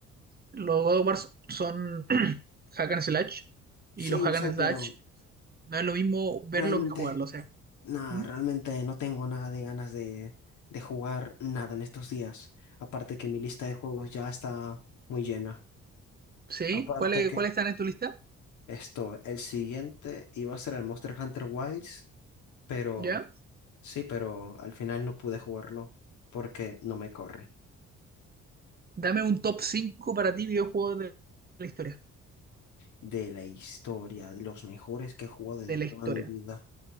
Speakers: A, on the right; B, on the left.
A: Los God of War son <clears throat> hack and slash y
B: Sí,
A: los
B: yo
A: hack
B: sé,
A: and
B: pero
A: slash no es lo mismo verlo
B: realmente...
A: que jugarlo, o sea.
B: Nada,
A: ¿Mm?
B: realmente no tengo nada de ganas de, de jugar nada en estos días. Aparte que mi lista de juegos ya está muy llena.
A: ¿Sí?
B: Aparte
A: ¿Cuáles
B: que
A: cuáles están en tu lista?
B: esto, el siguiente iba a ser el Monster Hunter Wilds, pero
A: ¿Ya?
B: sí, pero al final no pude jugarlo porque no me corre.
A: Dame un top 5 para ti videojuegos de la historia.
B: De la historia, de los mejores que he jugado en
A: De la
B: toda
A: historia.
B: mi vida.